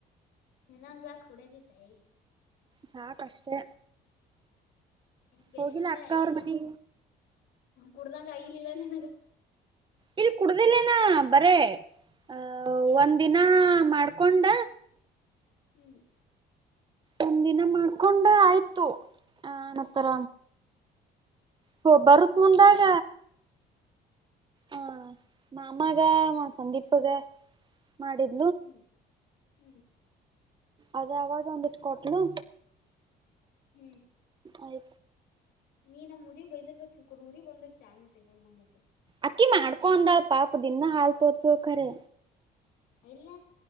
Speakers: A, on the left; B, on the right.
A: ಇನ್ನೊಂದ್ ಗ್ಲಿಸ್ ಕುಡ್ಯತಿದ್ದತೈ.
B: ಸಾಕ್ ಅಷ್ಟೇ
A: ಪೇಶೆಂಟ
B: ಹೋಗಿಲ್ಲ ಅಕ್ಕ
A: ಇಲ್ಲಿ
B: ಅವ್ರ ಮನೆಗೆ
A: ಕುಡ್ದಂಗ ಆಗಿಲಿಲ್ಲ ನಿನಗ್
B: ಇಲ್ ಕುಡ್ದಿಲ್ಲೇನಾ ಬರೇ ಅಹ
A: ಎಲ್ಲಿ
B: ಒಂದ ದಿನ ಮಾಡ್ಕೊಂಡ.
A: ಹ್ಮ್
B: ಒಂದ್ ದಿನ ಮಾಡ್ಕೊಂಡ ಆಯ್ತು ಆನತ್ತರ. ಹೋ ಬರುತ್ ಮುಂದಾಗ. ಹಾ ನ ಮಾಮಾಗ ನ ಸಂದೀಪಗ ಮಾಡಿದ್
A: ಹ್ಮ್ ಹ್ಮ್
B: ಅದ ಅವಾಗ್ ಒಂದಿಟ್ ಕೊಟ್ಲು.
A: ಹ್ಮ್
B: ಆಯ್
A: ನೀ ನಮ್ ಊರಿ ಬೈದಿರ್ಬೇಕು ಕ್ರು ಊರಿಗ್ ಬಂದ್ರೆ ಚಾ ನೆ ಸಿಗಲ್ಲ <unintelligible>
B: ಅಕ್ಕಿ ಮಾಡ್ಕೊ ಅಂದಾಳ ಪಾಪ ದಿನಾ ಹಾಲ್ ತೊ ತೋತ್ಖರೆ.
A: ಇಲ್ಲ